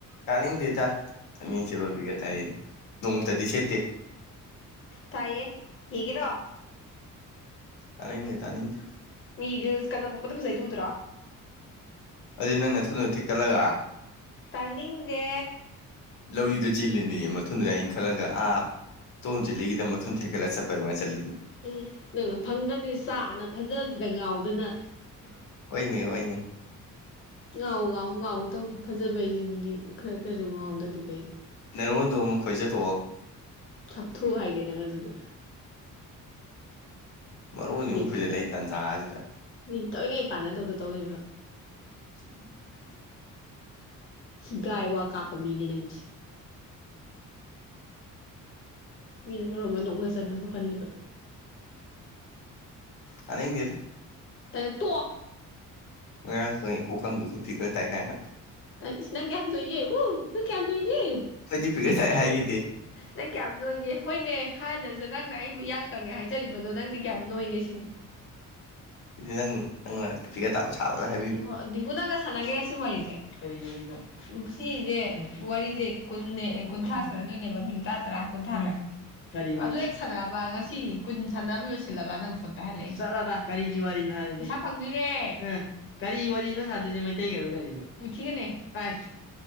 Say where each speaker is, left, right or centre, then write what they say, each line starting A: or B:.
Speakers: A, on the left; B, on the left.
A: ꯀꯥꯅꯤꯡꯗꯦ ꯇ ꯑꯅꯤꯁꯦꯕꯕꯤꯒ ꯇꯥꯏ ꯅꯣꯡꯃꯇꯗꯤ ꯁꯦꯠꯇꯦ
B: ꯇꯥꯏꯌꯦ ꯌꯦꯒꯔꯣ
A: ꯇꯅꯤ ꯂꯩ ꯇꯅꯤꯗ
B: ꯃꯤ ꯔꯤꯜꯁ ꯀꯟꯅꯂꯝꯃꯛꯄꯗ ꯄꯩꯁꯩꯗꯨꯗ꯭ꯔꯣ
A: ꯑꯗꯨꯩ ꯅꯪꯅ ꯊꯨꯅꯗ ꯊꯤꯛꯀꯠꯂꯒ
B: ꯇꯥꯅꯤꯡꯗꯦ꯫
A: ꯂꯧꯔꯤꯗ ꯆꯤꯜꯂꯤꯅꯦ ꯃꯊꯨꯗꯨ ꯂꯥꯏꯅ ꯈꯜꯂꯒ ꯑꯥ ꯇꯣꯝ ꯆꯤꯜꯂꯤꯒꯤꯗ ꯃꯊꯨ ꯊꯦꯛꯀꯠꯂ ꯆꯠꯄ ꯐꯃ ꯆꯅꯤ
B: ꯎꯝ ꯅꯪꯅ ꯐꯪꯗ꯭ꯔꯕꯅꯤ ꯆꯥꯅ ꯐꯖꯕꯁꯤꯗ ꯉꯥꯎꯗꯅ
A: <unintelligible> ꯍꯣꯏꯅꯦ ꯍꯣꯏꯅꯦ
B: ꯉꯥꯎꯋ ꯉꯥꯎꯎ ꯉꯥꯎꯎ ꯇꯧꯅꯤ ꯐꯖꯕꯩꯁꯤꯕꯨꯗꯤ ꯈꯔ ꯈꯔꯁꯨ ꯉꯥꯎꯗꯗꯤ ꯀꯩꯅꯤ
A: ꯅꯦꯔꯣꯟꯗꯣ ꯑꯃꯨꯛ ꯈꯣꯏꯆꯠꯂꯛꯑꯣ
B: ꯁꯥꯛꯊꯨ ꯍꯥꯏꯒꯦ ꯅꯪ ꯑꯗꯨꯗꯤ
A: ꯃꯔꯣꯟ
B: ꯃꯤ
A: ꯑꯃꯨꯛ ꯐꯣꯏꯁꯤꯜꯂꯛꯏ ꯇꯟꯖꯥꯁꯤꯗ
B: ꯃꯤ ꯇꯏꯅꯩ ꯄꯥꯟꯅꯗꯧꯗ ꯇꯧ ꯂꯩꯕ
A: ꯎꯝ <unintelligible>
B: ꯍꯤꯒ ꯋꯥ ꯀꯥꯞꯄ ꯃꯤꯅꯦ ꯅꯪꯁꯦ꯫ ꯃꯤꯅ ꯃꯔꯣꯝ ꯑꯃ ꯅꯣꯛꯅꯖꯅꯕ ꯈꯜꯂꯤꯕ
A: ꯇꯅꯤꯡꯗꯦꯗ꯫
B: ꯇꯜ ꯇꯣꯛ
A: ꯅꯌꯥꯡ ꯀꯥꯡꯏ ꯈꯨꯀꯡꯗꯨꯒ ꯐꯤꯒꯔ ꯇꯥꯏ ꯀꯥꯏꯅ꯫
B: ꯇ ꯏꯁ ꯅꯪ ꯅꯣꯏꯏꯌꯦ ꯍ ꯅꯪ ꯀꯌꯝ ꯅꯣꯏꯒꯦ꯫
A: ꯑꯩꯈꯣꯏꯗꯤ ꯄꯒꯔ ꯇꯥꯏ ꯍꯥꯏꯈꯤꯗꯦ꯫
B: ꯅꯪ ꯀꯌꯥꯝ ꯅꯣꯏꯒꯦ ꯍꯣꯏꯅꯦ ꯍꯥꯏꯗ꯭ꯔꯁꯨ ꯅꯪꯅ ꯑꯩꯕꯨ ꯏꯌꯥꯡ ꯀꯪꯉꯦ ꯍꯥꯏꯖꯔꯤꯕꯗꯣ ꯅꯪꯗꯤ ꯀꯌꯥꯝ ꯅꯣꯏꯒꯦ ꯁꯤꯅꯤ
A: ꯅꯪ ꯅꯪꯅ ꯐꯤꯒꯔ ꯇꯥꯕ ꯁꯥꯕꯗ ꯍꯥꯏ
B: ꯎꯝ ꯗꯤꯡꯀꯨꯅꯒ ꯁꯥꯟꯒꯦ ꯁꯤ ꯋꯥꯔꯤꯁꯦ ꯀꯔꯤ ꯋꯥꯔꯤꯅꯣ ꯎꯝ ꯁꯤꯁꯦ ꯋꯥꯔꯤꯁꯦ ꯀꯨ ꯀꯨꯟꯊ꯭ꯔꯥ ꯁꯥꯟꯅꯗꯣꯏꯅꯦꯕ ꯃꯤꯅꯤꯠ ꯇꯔꯥ ꯇꯔꯥ ꯀꯨꯟꯊ꯭ꯔꯥꯅꯦ ꯀꯔꯤ ꯋꯥꯔꯤ ꯑꯗꯨ ꯎꯦꯛ ꯁꯥꯟꯔꯕ ꯁꯤ ꯀꯨꯟ ꯁꯥꯟꯅꯕ ꯂꯣꯏꯁꯤꯜꯂꯕ ꯅꯪ ꯐꯣꯟ ꯄꯥꯏꯍꯜꯂꯛꯦ ꯆꯠꯂ ꯀꯔꯤꯒꯤ ꯋꯥꯔꯤꯅꯣ ꯍꯥꯏ ꯏꯁꯥ ꯐꯪꯗꯣꯏꯅꯦ ꯀꯔꯤ ꯋꯥꯔꯤꯅꯣ ꯁꯥꯟꯗꯣꯏꯁꯦ ꯃꯩꯇꯩꯒꯤꯔꯣ ꯀꯔꯤꯅꯣ ꯃꯨꯊꯤꯒꯤꯅꯦ ꯑꯁ